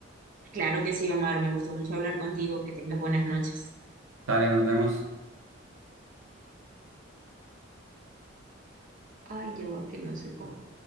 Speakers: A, on the right (about 45°); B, on the right (about 90°).
A: Claro que sí, Omar, me gustó mucho hablar contigo. Que tengas buenas noches.
B: Dale, nos vemos.
A: Ay, ya va, que no sé cómo.